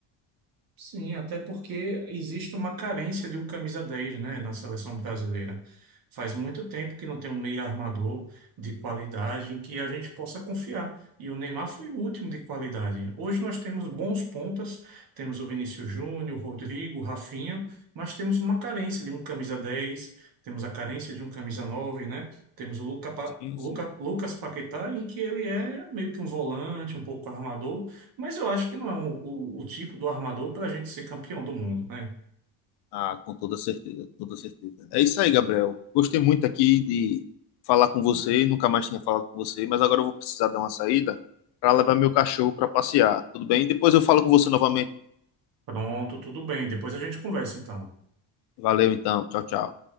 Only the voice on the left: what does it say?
Sim,
sim.
Ah, com toda certeza, com toda certeza. É isso aí, Gabriel. Gostei muito aqui de falar com você, nunca mais tinha falado com você, mas agora eu vou precisar dar uma saída para levar meu cachorro para passear. Tudo bem? Depois eu falo com você novamente.
Valeu então. Tchau, tchau.